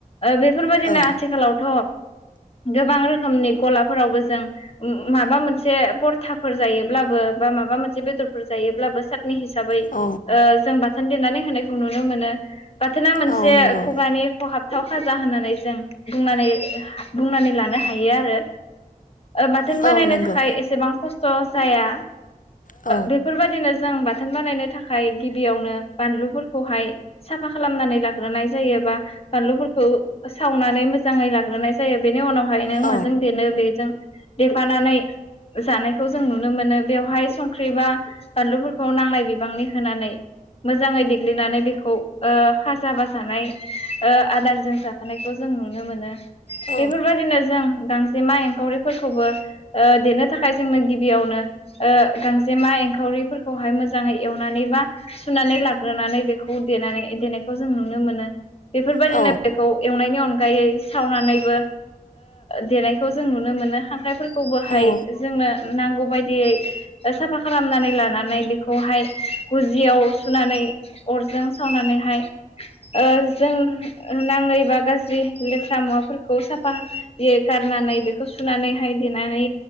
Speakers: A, on the left (about 45°); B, on the left (about 70°).
A: बेफोरबायदिनो
B: औ
A: आथिखालावथ' गोबां रोखोमनि गलाफोरावबो जों माबा मोनसे परथाफोर जायोब्लाबो बा माबा मोनसे बेदरफोर जायोब्लाबो सातनि हिसाबै
B: औ
A: ओ जों बाथोन देनानै होनायखौ नुनो मोनो बाथोना मोनसे
B: औ नंगौ
A: खुगानि खहाबथाव फाजा होननानै जों बुंनानै बुंनानै लानो हायो आरो बाथोन
B: औ
A: बानायनो
B: नंगौ
A: थाखाय एसेबां खस्थ जाया
B: औ
A: बेफोरबायदिनो जों बाथोन बानायनो थाखाय गिबियावनो बानलुफोरखौहाय साफा खालामनानै लाग्रोनाय जायो बा बानलुफोरखौ खौ सावनानै मोजांङै लाग्रोनाय जायो बेनि उनावहाय नों
B: औ
A: माजों देनो बेजों देफानानै जानायखौ जों नुनो मोनो बेवहाय संख्रि बा बानलुफोरखौ नांलाय बिबांनि होनानै मोजांङै देग्लिनानै बेखौ खाजा बाजानाय आदारजों जाफानायखौ जों नुनो मोनो
B: औ
A: बेफोरबायदिनो जों गांजेमा एंखावरिफोरखौबो देनो थाखाय जोंनो गिबियावनो गांजेमा एंखावरिफोरखौहाय मोजांङै एवनानै बा सुनानै लाग्रोनानै बेखौ देनानै देनायखौ जों नुनो मोनो बेफोरबायाददिनो
B: औ
A: बेखौ एवनायनि अनगायै अनगायै सावनानैबो देनायखौ जों नुनो मोननो ह फोरखौबोहाय
B: औ
A: जोंनो नांगौ नांगौ बायदियै साफा खालामनानै लानानै बेखौहाय गुजियाव सुनानै अरजों सावनानैहाय ओ जों ना बा गाज्रि लेथ्रा मुवाफोरखौ साफायै गारनानै बेखौ सुनानैहाय देनानै